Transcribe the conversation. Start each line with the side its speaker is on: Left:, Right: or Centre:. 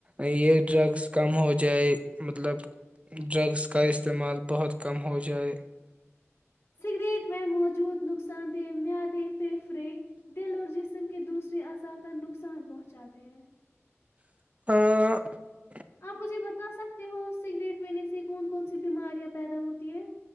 Right: یہ ڈرگس کم ہو جائے مطلب ڈرگس کا استعمال بہت کم ہو جائے
Left: سگریٹ میں موجود ن نقصان دہ میادیں پھیفڑے دل اور جسم کے دوسے اضا کا نق نقصان پہنچاتے ہیں
Right: <inaudible>
Left: آپ مجھے بتا سکتے ہو سگریٹ پہننے سے کون کون سی بیماریاں پیدا ہوتی <inaudible>